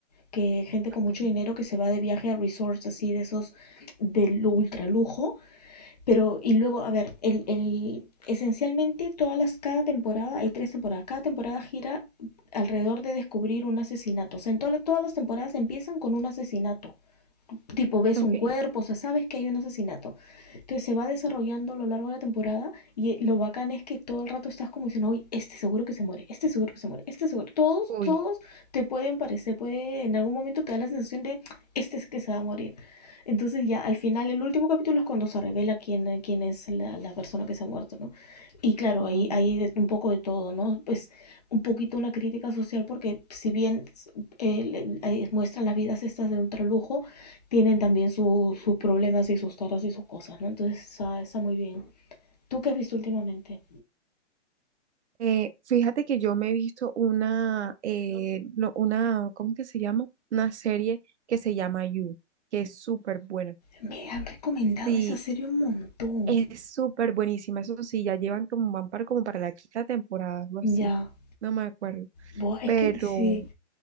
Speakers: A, on the left (about 35°); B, on the right (about 70°).
A: que gente
B: Ok,
A: con mucho dinero que se va de viaje a resorts así de esos del ultra lujo Pero, y luego, a ver, el, el, esencialmente todas las, cada temporada, hay tres temporadas, cada temporada gira alrededor de descubrir un asesinato. O sea, en to- todas las temporadas empiezan con un asesinato tipo ves
B: ok.
A: un cuerpo, o sea, sabes que hay un asesinato. Entonces se va desarrollando a lo largo de la temporada y eh, lo bacán es que todo el rato estás como diciendo, uy, este seguro que se muere, este seguro que se muere, este seguro. Todos,
B: Uy,
A: todos te pueden parecer, puede, en algún momento te da la sensación de, este es que se va a morir. Entonces ya al final, el último capítulo es cuando se revela quién, eh, quién es la, la persona que se ha muerto, ¿no? Y claro,
B: oh.
A: ahí hay de- un poco de todo, ¿no? Pues un poquito una crítica social porque si bien eh, le- ahí muestran las vidas estas de ultralujo, tienen también su, sus problemas y sus taras y sus cosas, ¿no? Entonces está, está muy bien. ¿Tú qué has visto últimamente?
B: Eh, fíjate que yo me he visto una, eh, no, una, ¿cómo que se llama? Una serie que se llama You, que es súper buena.
A: Me han recomendado
B: Sí,
A: esa serie un montón.
B: es súper buenísima. Eso sí, ya llevan como, van para, como para la quinta temporada, algo así.
A: Ya,
B: No me acuerdo.
A: Buah, es
B: Pero
A: que sí,